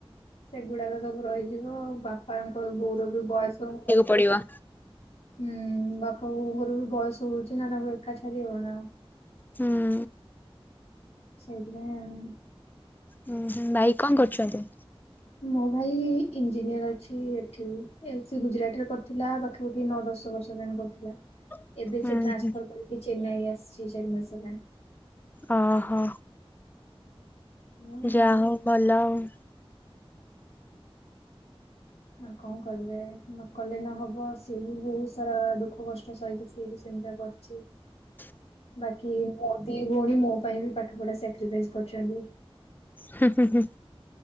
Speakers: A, on the left (about 85°); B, on the left (about 20°).
A: ସେଗୁଡାକ ସବୁ ରହିଯିବ ଆଉ ବାପା। ବାପାଙ୍କ ବୋଉ ର ବି ବୟସ।
B: ପଡ଼ିବ।
A: ହୁଁ ବାପା ବୋଉଙ୍କର ବି ବୟସ ହଉଛି ନା ତାଙ୍କୁ ଏକା ଛାଡି ହବ ନା।
B: ହୁଁ।
A: ସେଇଥିପାଇଁ ଆଉ।
B: ହୁଁ ହୁଁ ଭାଇ କଣ କରୁଛନ୍ତି।
A: ମୋ ଭାଇ ଏ ଇଞ୍ଜିନିୟର ଅଛି ଏଠି ଏମ ସିଏ ଗୁଜୁରାଟ ରେ କରୁଥିଲା ପାଖା। ତୁ ଦି ନଅ, ଦଶ ବର୍ଷ ଯାଏଁ କରୁଥିଲା।
B: <inaudible>
A: ଏବେ ସେ ଟ୍ରାନ୍ସଫର
B: ହୁଁ
A: କରିକି ଚେନ୍ନାଇ ଆସିଛି ଚାରି ମାସେ ହେଲା।
B: ଅ ହ।
A: ହୁଁ।
B: ଯାହା ହଉ ଭଲ ଆଉ।
A: ଆଉ କଣ କରିବେ ନ କଲେ ନହବ ସିଏ ବି ବହୁତ ସାରା ଦୁଃଖ କଷ୍ଟ ସହିକି ସେ। ସେ ବି ସେମିତି ଆ କରିଛି।
B: <unintelligible>
A: ବାକି ମୋ ଦି ଭଉଣୀ ମୋ ପାଇଁ ବି ପାଠ ପଢା ସାକ୍ରିଫାଇଜି କରିଛନ୍ତି।
B: ହୁଁ ହୁଁ ହୁଁ।